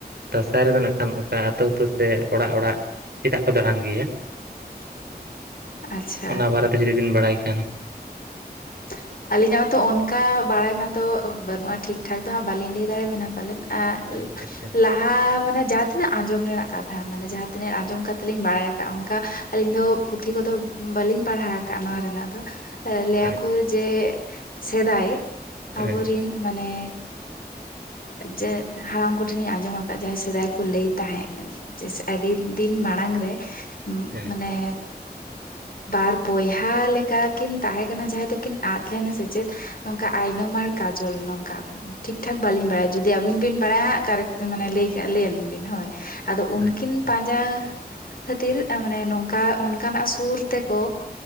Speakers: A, on the right; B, on the left.
A: ᱫᱟᱸᱥᱟᱭ ᱨᱮᱫᱚ ᱱᱟᱜᱠᱷᱟᱱ ᱚᱱᱠᱟ ᱟᱹᱛᱩ ᱟᱹᱛᱩ ᱥᱮ ᱚᱲᱟᱜ ᱚᱲᱟᱜ ᱪᱮᱫᱟᱜ ᱠᱚ ᱫᱟᱬᱟᱱ ᱜᱮᱭᱟ᱾᱾
B: <inaudible>
A: <inaudible>
B: ᱟᱪᱪᱷᱟ
A: ᱚᱱᱟ ᱵᱟᱨᱮᱛᱮ ᱡᱩᱫᱤ ᱵᱤᱱ ᱵᱟᱲᱟᱭ ᱠᱷᱟᱱ
B: <unintelligible> ᱟᱹᱞᱤᱧᱟᱜ ᱢᱟᱛᱚ ᱚᱱᱠᱟ ᱵᱟᱲᱟᱭ ᱢᱟᱛᱚ ᱵᱟᱹᱱᱩᱜᱼᱟ ᱴᱷᱤᱠᱼᱴᱷᱟᱠ ᱫᱚ ᱦᱟᱸᱜ ᱵᱟᱹᱞᱤᱧ ᱞᱟᱹᱭ ᱫᱟᱲᱮᱭᱟᱵᱮᱱᱟ ᱯᱟᱞᱮᱫ <unintelligible>
A: ᱟᱪᱪᱷᱟ ᱟᱪᱪᱷᱟ
B: ᱞᱟᱦᱟᱸ ᱢᱟᱱᱮ ᱡᱟᱦᱟᱸ ᱛᱤᱱᱟᱹᱜ ᱟᱸᱡᱚᱢ ᱨᱮᱱᱟ ᱠᱟᱛᱷᱟ ᱢᱟᱱᱮ ᱡᱟᱦᱟ ᱛᱤᱱᱟᱹᱜ ᱟᱸᱡᱚᱢ ᱠᱟᱛᱮ ᱞᱤᱧ ᱵᱟᱲᱟᱭ ᱟᱠᱟᱫᱼᱟ ᱚᱱᱠᱟ ᱟᱞᱤᱧ ᱫᱚ ᱯᱩᱛᱷᱤ ᱠᱚᱫᱚ ᱵᱟᱞᱤᱧ ᱯᱟᱲᱦᱟᱣ ᱠᱟᱜᱼᱟ ᱱᱚᱣᱟ ᱨᱮᱱᱟᱜ ᱫᱚ
A: ᱟᱪᱪᱷᱟ
B: ᱠᱚ ᱡᱮ ᱥᱮᱫᱟᱭ
A: ᱦᱮᱸ
B: ᱟᱵᱚᱨ ᱨᱤᱱ ᱢᱟᱱᱮ ᱡᱮ ᱦᱟᱲᱟᱢ ᱠᱚᱴᱷᱮᱱᱤᱧ ᱟᱸᱡᱚᱢ ᱟᱠᱟᱫ ᱡᱟᱦᱟᱸ ᱥᱮᱫᱟᱭ ᱠᱚ ᱞᱟᱹᱭ ᱛᱟᱦᱮᱸᱫ᱾ ᱡᱮᱥᱮ ᱟᱹᱰᱤ ᱫᱤᱱ ᱢᱟᱲᱟᱝ ᱨᱮ
A: ᱟᱪᱪᱷᱟ
B: ᱢᱟᱱᱮ ᱵᱟᱨ ᱵᱚᱭᱦᱟ ᱞᱮᱠᱟ ᱠᱤᱱ ᱛᱟᱦᱮᱸ ᱠᱟᱱᱟ ᱡᱟᱦᱟᱸ ᱫᱚ ᱡᱮ ᱠᱤᱱ ᱟᱫ ᱞᱮᱱᱟ ᱥᱮ ᱪᱮᱫ ᱱᱚᱝᱠᱟ ᱟᱭᱱᱚᱢ ᱟᱨ ᱠᱟᱡᱚᱞ ᱱᱚᱝᱠᱟ᱾ ᱴᱷᱤᱠ ᱴᱷᱟᱠ ᱵᱟᱹᱞᱤᱧ ᱵᱟᱲᱟᱭ ᱡᱩᱫᱤ ᱟᱹᱵᱤᱱ ᱵᱤᱱ ᱵᱟᱲᱟᱭ ᱦᱟᱸᱜ ᱠᱟᱨᱮᱴ ᱢᱟᱱᱮ ᱞᱟᱹᱭ ᱞᱟᱹᱭ ᱟᱹᱞᱤᱧ ᱵᱤᱱ ᱦᱳᱭ᱾ ᱟᱫᱚ ᱩᱱᱠᱤᱱ
A: ᱟᱪᱪᱷᱟ
B: ᱯᱟᱸᱡᱟ ᱠᱷᱟᱹᱛᱤᱨ ᱢᱟᱱᱮ ᱱᱚᱝᱠᱟ ᱚᱱᱠᱟᱱᱟᱜ ᱥᱩᱨ ᱛᱮᱠᱚ